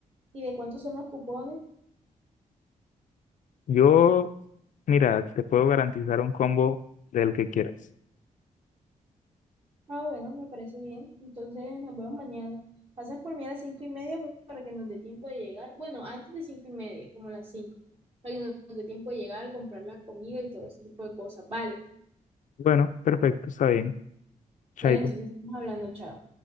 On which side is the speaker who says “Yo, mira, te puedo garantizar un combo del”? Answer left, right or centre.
Left